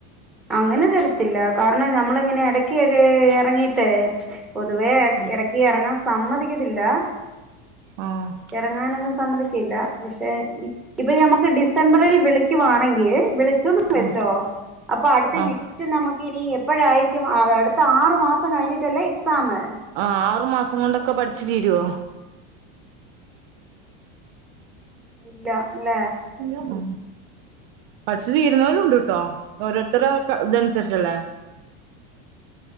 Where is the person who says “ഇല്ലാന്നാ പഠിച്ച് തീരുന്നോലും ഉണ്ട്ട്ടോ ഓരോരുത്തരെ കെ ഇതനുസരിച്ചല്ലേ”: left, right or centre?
Right